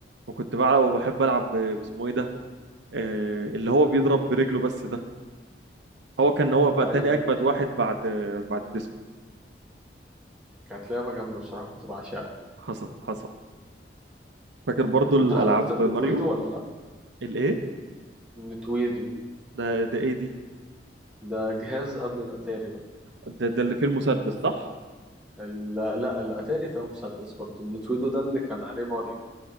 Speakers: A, on the right; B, in the centre.
A: وكنت بلعب وبحب العب ب- باسمه ايه ده آه، اللي هو بيضرب برجله بس ده هو كان هو بقى
B: ايوه
A: تاني اجمد
B: ايوه
A: واحد بعد بعد ديسكو
B: كانت لعبة جامدة بصراحة كنت بعشقها
A: حصل حصل فاكر برضو الالعاب
B: انت حضرت النتويدو
A: ماريو
B: ولا لا؟
A: الايه
B: النتويدو
A: ده ده ايه دي
B: ده جهاز قبل الاتاري بقى
A: ده, ده اللي فيه المسدس صح
B: ال- لا الاتاري فيها مسدس برضه النتويدو ده اللي كان عليه ماريو